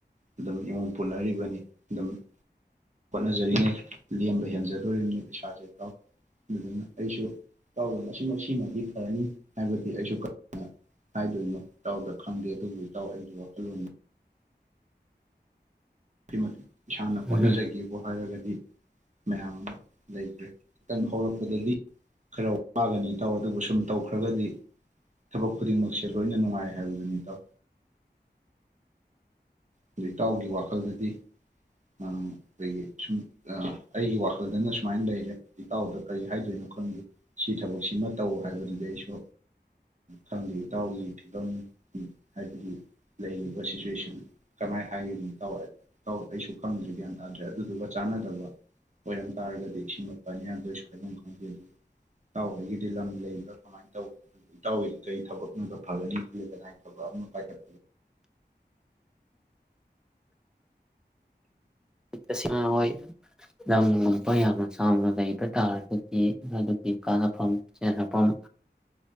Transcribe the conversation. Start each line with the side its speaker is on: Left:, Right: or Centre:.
Right: ꯑꯗꯨꯝ ꯏꯃꯨꯡ ꯄꯨꯅꯔꯤꯕꯅꯤ ꯑꯗꯨꯝ ꯍꯣꯠꯅꯖꯔꯤꯅꯦ ꯂꯦꯝꯕ ꯍꯦꯟꯖꯗꯣꯔꯤꯕꯅꯤ ꯄꯩꯁꯥꯁꯦ ꯇꯥꯎ ꯑꯗꯨꯅ ꯑꯩꯁꯨ ꯀꯥꯎꯗ ꯃꯁꯤꯃꯛ ꯁꯤꯃꯗꯤ ꯐꯔꯅꯤ ꯍꯥꯏꯕꯗꯤ ꯑꯩꯁꯨ ꯍꯥꯏꯗꯣꯏꯅꯣ ꯇꯥꯎꯗ ꯈꯪꯗꯦ ꯑꯗꯨꯕꯨ ꯏꯇꯥꯎ ꯑꯩꯒꯤ ꯋꯥꯈꯜꯂꯣꯟ ꯊꯃ ꯏꯁꯥꯅ ꯍꯣꯠꯅꯖꯒꯦꯕꯨ
Centre: ꯎꯝ
Right: ꯍꯥꯏꯔꯒꯗꯤ ꯃꯌꯥꯝ ꯑꯃ ꯂꯩꯈ꯭ꯔꯦ ꯈꯤꯇꯪ ꯍꯧꯔꯛꯄꯗꯗꯤ ꯈꯔ ꯋꯥꯒꯅꯤ ꯇꯥꯎ ꯑꯗꯨꯕꯨ ꯁꯨꯝ ꯇꯧꯈ꯭ꯔꯒꯗꯤ ꯊꯕꯛ ꯈꯨꯗꯤꯡꯃꯛꯁꯦ ꯂꯣꯏꯅ ꯅꯨꯡꯉꯥꯏ ꯍꯥꯏꯕꯗꯨꯅꯤ ꯇꯥꯎ ꯖꯤꯛ ꯏꯇꯥꯎꯒꯤ ꯋꯥꯈꯜꯗꯗꯤ ꯑꯩꯈꯣꯏꯒꯤ ꯁꯨꯝ ꯑꯩꯒꯤ ꯋꯥꯈꯜꯗꯅ ꯁꯨꯃꯥꯏꯅ ꯂꯩꯔꯦ ꯏꯇꯥꯎꯗ ꯀꯔꯤ ꯍꯥꯏꯗꯣꯏꯅꯣ ꯈꯪꯗꯦ ꯁꯤ ꯊꯕꯛꯁꯤꯃ ꯇꯧ ꯍꯥꯏꯕꯗꯨꯗꯤ ꯑꯩꯁꯨ ꯈꯪꯗꯦ ꯏꯇꯥꯎꯒꯤ ꯐꯤꯕꯝ ꯍꯥꯏꯕꯗꯤ ꯂꯩꯔꯤꯕ ꯁꯤꯆꯨꯋꯦꯁꯟ ꯀꯃꯥꯏꯅ ꯍꯥꯏꯒꯅꯤ ꯇ ꯇ ꯑꯩꯁꯨ ꯈꯪꯗ꯭ꯔꯦ ꯒ꯭ꯌꯥꯟ ꯇꯥꯗ꯭ꯔꯦ ꯑꯗꯨꯗꯨꯒ ꯆꯥꯟꯅꯗꯕ ꯑꯣꯏꯔꯝ ꯇꯥꯔꯒꯗꯤ ꯏꯁꯤꯡ ꯃꯄꯥꯅꯤ ꯌꯥꯗꯣꯏꯁꯨ ꯍꯥꯏꯕꯝ ꯈꯪꯗꯦ ꯑꯗꯨ ꯏꯇꯥꯎꯈꯩꯒꯤꯗꯤ ꯂꯝ ꯂꯩꯕ꯭ꯔꯥ ꯀꯃꯥꯏꯅ ꯇꯧ ꯏꯇꯥꯎꯁꯤ ꯀꯔꯤ ꯊꯕꯛꯅꯒ ꯐꯒꯅꯤ ꯈꯜꯜꯂꯤꯦꯗ ꯍꯥꯏ ꯄꯥꯏꯠ
Centre: ꯇꯦꯡꯅ ꯍꯣꯏ ꯂꯝꯒꯨꯝꯕ ꯌꯥꯝꯅ ꯆꯥꯎꯅ ꯂꯩꯕ ꯇꯥꯔꯒꯗꯤ ꯃꯗꯨꯒꯤ ꯀꯥꯟꯅꯐꯝ ꯆꯦꯟꯅꯐꯝ